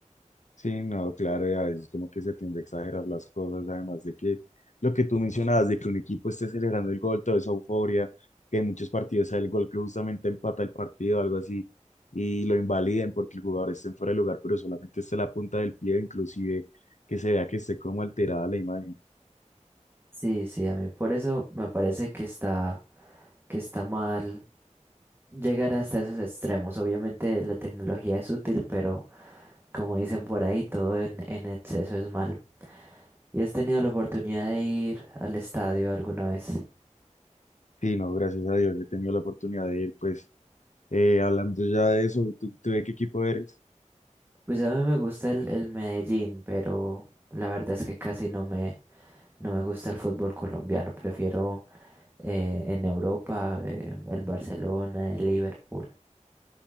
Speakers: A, on the left; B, on the right.
A: Sí, no, claro, y a veces como que se tiende a exagerar las cosas, además de que lo que tú mencionabas, de que un equipo esté celebrando el gol, toda esa euforia, que en muchos partidos sale el gol que justamente empata el partido, algo así, y lo invaliden porque el jugador esté en fuera de lugar, pero solamente esté la punta del pie, inclusive que se vea que esté como alterada la imagen.
B: Sí, sí, a mí por eso me parece que está, que está mal llegar hasta esos extremos. Obviamente la tecnología es útil, pero como dicen por ahí, todo en, en exceso es malo. ¿Y has tenido la oportunidad de ir al estadio alguna vez?
A: Sí, no, gracias a Dios he tenido la oportunidad de ir, pues, eh, hablando ya de eso, ¿tú, tú de qué equipo eres?
B: Pues a mí me gusta el, el Medellín, pero la verdad es que casi no me, No me gusta el fútbol colombiano, prefiero eh, en Europa eh, el Barcelona, el Liverpool.